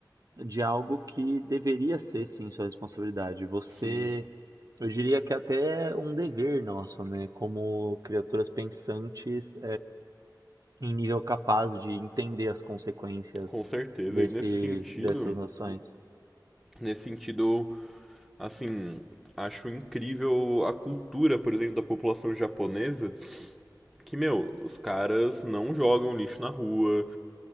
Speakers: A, on the right; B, in the centre.
A: de algo que deveria ser, sim, sua responsabilidade. Você,
B: Sim,
A: eu diria que é até um dever nosso, né, como criaturas pensantes, em nível capaz de entender as consequências
B: com certeza.
A: desse,
B: E nesse sentido,
A: dessas noções.
B: nesse sentido, Assim, acho incrível a cultura, por exemplo, da população japonesa, que, meu, os caras não jogam lixo na rua,